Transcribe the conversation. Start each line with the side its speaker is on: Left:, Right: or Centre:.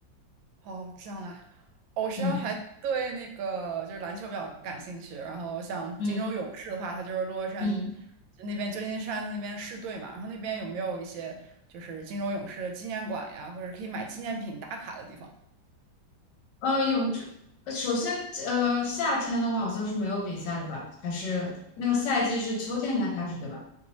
Right: 哦，这样啊。哦我实际上还对那个就是篮球比较感兴趣，
Left: 嗯
Right: 然后像金州勇士的话，
Left: 嗯
Right: 它就是洛杉就那边旧金山那边市队嘛，
Left: 嗯。
Right: 然后那边有没有一些就是金州勇士的纪念馆呀，或者可以买纪念品打卡的地方？
Left: 呃，有这，呃首先，呃，夏天的话好像是没有比赛的吧？还是那个赛季是秋天才开始，对吧？